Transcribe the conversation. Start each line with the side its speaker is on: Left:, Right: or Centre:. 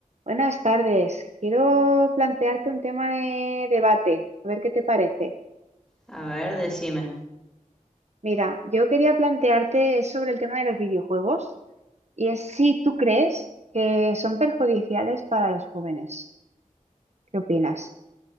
Right: Buenas tardes. Quiero plantearte un tema de debate, a ver qué te parece.
Centre: A ver, decime.
Right: Mira, yo quería plantearte sobre el tema de los videojuegos y es si tú crees que son perjudiciales para los jóvenes. ¿Qué opinas?